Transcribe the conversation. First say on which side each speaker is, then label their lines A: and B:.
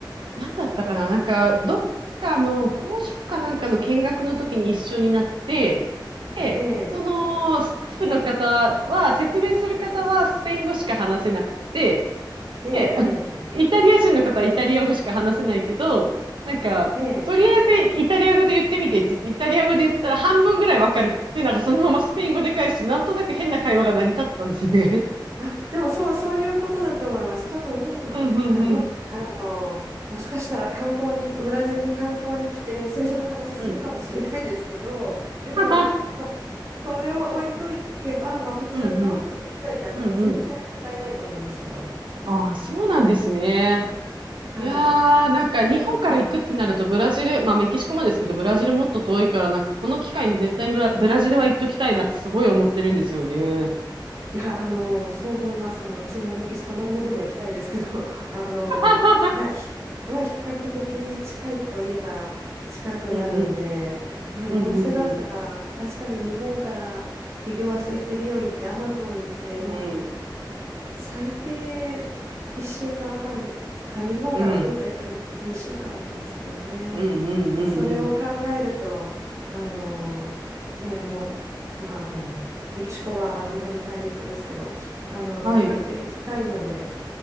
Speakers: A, on the right; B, on the right.
A: なんだったかな。なんか、どっかの工場かなんかの見学の時に一緒になって、で、
B: ええ、
A: そのスタッフの方は、説明する方はスペイン語しか話せなくて、
B: ええ、
A: で、イタリア人の方はイタリア語しか話せないけど、なんか、
B: ええ、ええ。
A: とりあえずイタリア語で言ってみてって言って、イタリア語で言ったら半分ぐらいわかるって、なんかそのままスペイン語で返し、なんとなく変な会話が成り立ってたんですね。
B: あ、でもそう、そういうことだと思います。多分、
A: <laughs> うんうんうん。
B: あ、まあ、あの、もしかしたら観光に、ブラジルに観光に来て政治の話するかもしれないですけど、
A: うん。
B: でも、
A: はは。
B: まあ、それを置いといけば、まあ、普通のやりとりだったら全然問題ないと思いますよ。
A: うんうん。うんうん。ああ、そうなんですね。
B: はい。
A: いやー、なんか日本から行くってなるとブラジル、まあメキシコもですけど、ブラジルもっと遠いから、なんかこの機会に絶対ブラ、ブラジルは行っときたいなってすごい思ってるんですよね。
B: いや、あの、そう思います。あの、私もメキシコ何度でも行きたいですけど、<laughs> あの、
A: <laughs>
B: いや、ひまあ、比較的近いといえば近くなるんで、
A: うんうん。
B: まあ、
A: うんうんうん。
B: どうせだったら、確かに日本からイグアス行ってリオ行ってアマゾン行って、まあ、
A: うん、
B: 最低1週間半、あ、日本から来るかやっぱり2週間ですよね。
A: うん、うん、うん、うん、
B: それを考えると、
A: うん。
B: あの、ね、もう、まあ、あの、メキシコはあの上の大陸ですけど、あの、
A: はい、
B: 比較的近いので、